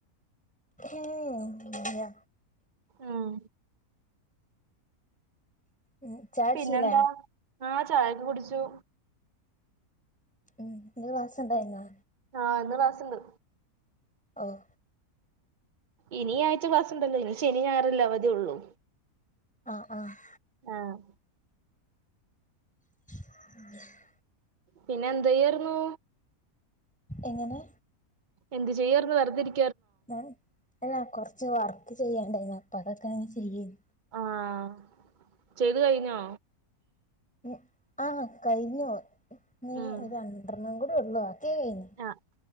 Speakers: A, in the centre; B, on the right.
A: ഉം ഇല്ല
B: ഉം
A: ഉം ചായുടിച്ചില്ലേ
B: പിന്നെന്താ ആഹ് ചായൊക്കെ കുടിച്ചു
A: ഇന്ന് ക്ലാസ് ഉണ്ടായിരുന്ന
B: ആഹ് ഇന്ന് ക്ലാസ്ണ്ട്
A: ഓഹ്
B: ഇനി ഈ ആഴ്ച ക്ലാസ്ണ്ടല്ലോ ഇനി ശനി ഞായറല്ലേ അവധിള്ളു
A: ആഹ് ആഹ്
B: ആഹ്
A: <inaudible>
B: പിന്നെ എന്തയ്യാർന്നു
A: എങ്ങനെ
B: എന്ത് ചെയ്യാർന്ന് വർതെരി
A: ഏഹ് അല്ല കുറച്ച് വർക്ക് ചെയ്യാണ്ടായിരുന്നു അപ്പൊ അതൊക്കെ അങ്ങ് ചെയ്യെനി
B: ആഹ് ചെയ്ത് കഴിഞ്ഞോ
A: ഉം ആഹ് കഴിഞ്ഞു ഇനി
B: ഉം
A: രണ്ടെണ്ണം കൂടി ഉള്ളൂ ബാക്കികഴിഞ്ഞു
B: ആഹ്